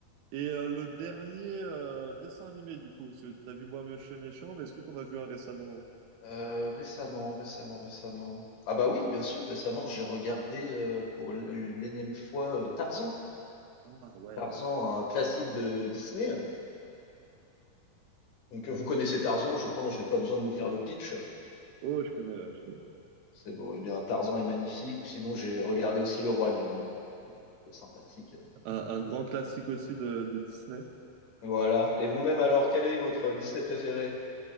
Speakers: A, on the right; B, on the left.
A: Et euh, le dernier euh, dessin animé, du coup, parce que t'as vu Moi Moche et Méchant, mais est-ce que t'en as vu un récemment?
B: Euh, récemment, récemment, récemment. Ah bah oui, bien sûr, récemment, j'ai regardé euh, pour l- l'énième fois euh, Tarzan.
A: Ah ouais,
B: Tarzan,
A: super.
B: un classique de Disney. Donc, euh, vous connaissez Tarzan, je pense, je n'ai pas besoin de vous faire le pitch.
A: Oh, je connais, je connais.
B: C'est beau. Eh bien, Tarzan est magnifique. Ou sinon, j'ai regardé aussi Le Roi Lion, qui est plutôt sympathique.
A: Un, un grand classique aussi de, de Disney.
B: Voilà. Et vous-même, alors, quel est votre Disney préféré?